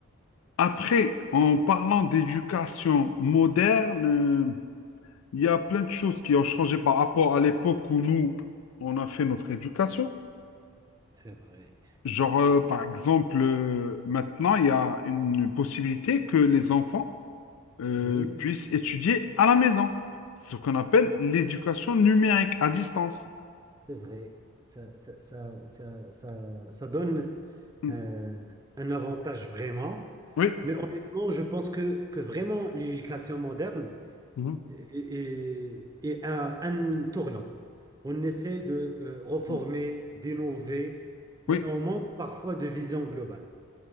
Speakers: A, on the left; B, on the right.
A: Après, en parlant d'éducation moderne, Il y a plein de choses qui ont changé par rapport à l'époque où nous, on a fait notre éducation.
B: C'est vrai.
A: Genre, euh, par exemple, euh, maintenant, il y a une possibilité que les enfants euh,
B: Oui,
A: puissent étudier à la maison, C'est ce qu'on appelle l'éducation numérique à distance.
B: c'est vrai. Ça, ça, ça, ça, ça, ça donne
A: Mm.
B: euh, un avantage vraiment.
A: Oui,
B: Mais honnêtement, je pense que, que vraiment l'éducation moderne
A: Mhm.
B: est, est- est à un tournant. On essaie de euh, reformer,
A: mm.
B: d'innover, mais
A: oui,
B: on manque parfois de vision globale.